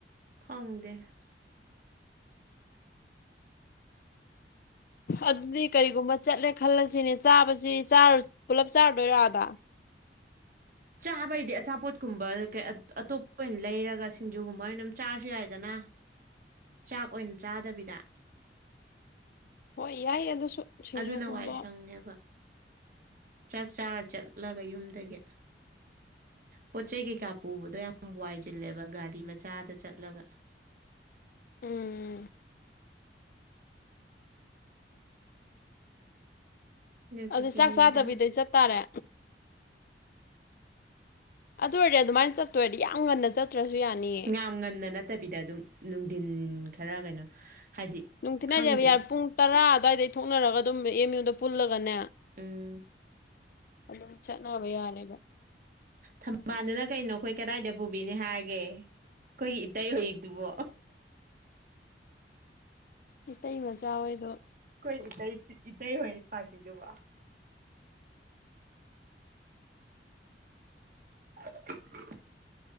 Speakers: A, on the right; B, on the left.
A: ꯈꯪꯗꯦ
B: ꯑꯗꯨꯗꯤ ꯀꯔꯤꯒꯨꯝꯕ ꯆꯠꯂꯦ ꯈꯜꯂꯁꯤꯅꯦ ꯆꯥꯕꯁꯤ ꯄꯨꯂꯞ ꯆꯥꯔꯨꯗꯣꯏꯔꫭ ꯑꯗꯥ
A: ꯆꯥꯕꯩꯗꯤ ꯑꯆꯥꯄꯣꯠꯀꯨꯝꯕ ꯑꯇꯣꯞꯄ ꯑꯣꯏꯅ ꯂꯩꯔꯒ ꯁꯤꯡꯖꯨꯒꯨꯝꯕ ꯑꯣꯏꯅ ꯆꯥꯔꯁꯨ ꯌꯥꯏꯗꯅ ꯆꯥꯛ ꯑꯣꯏꯅ ꯆꯥꯗꯕꯤꯗ
B: ꯍꯣꯏ ꯌꯥꯏ ꯑꯗꯨꯁꯨ ꯁꯤꯡꯖꯨꯒꯨꯝꯕ
A: ꯑꯗꯨꯅ ꯋꯥꯏ ꯁꯪꯉ‌ꯦꯕ ꯆ꯭ꯔꯥꯛ ꯆꯥꯔ ꯆꯠꯂꯒ ꯌꯨꯝꯗꯒꯤ ꯄꯣꯠ ꯆꯩꯩ ꯀꯩꯀꯥ ꯄꯨꯕꯗꯣ ꯌꯥꯝ ꯋꯥꯏꯁꯤꯜꯂꯦꯕ ꯒꯥꯔꯤ ꯃꯆꯥꯗ ꯆꯠꯂꯒ
B: ꯎꯝ
A: ꯑꯗꯨꯗꯨꯒꯤꯅꯤꯗ
B: ꯑꯗꯨ ꯆꯥꯛ ꯆꯥꯗꯕꯤꯗ ꯆꯠꯇꯥꯔꯦ ꯑꯗꯨ ꯑꯣꯏꯔꯗꯤ ꯑꯗꯨꯃꯥꯏꯅ ꯆꯠꯇꯣꯏꯔꯗꯤ ꯌꯥꯝ ꯉꯟꯅ ꯆꯠ ꯇ꯭ꯔꯥꯁꯨ ꯌꯅꯤ
A: ꯌꯥꯝ ꯉꯟꯟꯅ ꯅꯠꯇꯕꯤꯗ ꯑꯗꯨꯝ ꯅꯨꯡꯊꯤꯟ ꯈꯔ ꯀꯩꯅꯣ ꯍꯥꯏꯗꯤ
B: ꯅꯨꯡꯊꯤꯟ
A: ꯈꯪꯗꯦ
B: ꯍꯥꯏꯖ‌ꯦ ꯌꯥꯝ ꯄꯨꯡ ꯇꯔꯥ ꯑꯗꯨꯋꯥꯏꯗꯩ ꯊꯣꯛꯅꯔꯒ ꯑꯗꯨꯝ ꯑꯦꯝ ꯌꯨꯗ ꯄꯨꯜꯂꯒꯅꯦ
A: ꯎꯝ
B: ꯑꯗꯨꯝ ꯆꯠꯅꯕ ꯌꯥꯅꯦꯕ
A: ꯊꯝꯕꯥꯜꯗꯨꯅ ꯀꯩꯅꯣ ꯑꯩꯈꯣꯏ ꯀꯗꯥꯏꯗ ꯄꯨꯕꯤꯅꯤ ꯍꯥꯏꯔꯒꯦ ꯈꯣꯏ ꯏꯇꯥꯏ ꯑꯣꯏꯗꯨꯕꯣ
B: ꯃꯤꯇꯩꯩ ꯃꯆꯥ ꯍꯣꯏꯗꯣ
A: ꯀꯣꯏ ꯏꯇꯩ ꯏꯇꯩ ꯍꯣꯏ ꯄꯥꯔꯇꯤꯗꯨꯕꯣ <inaudible>